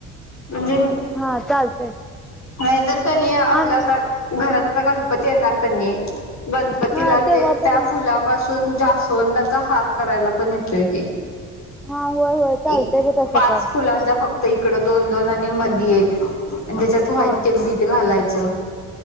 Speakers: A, on the left; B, in the centre.
A: म्हणजे
B: हा चालतंय
A: नाही तर कणी आपल्या
B: आणि
A: ताई. घरात आता गणपती येणार कणी, गणपतीला
B: हा तेव्हा
A: ते त्या
B: पण
A: फुलापासू जास्वंदाचा हार करायला पण येतोय की.
B: हा होय, होय. चालतंय
A: एकुणा
B: बघ तसं
A: पाच
B: पण
A: फुलांचा फक त इकड दोन, दोन, आणि मधी एक, आणि त्याच्यात व्हाईट
B: हा
A: ते बीट घालायचं.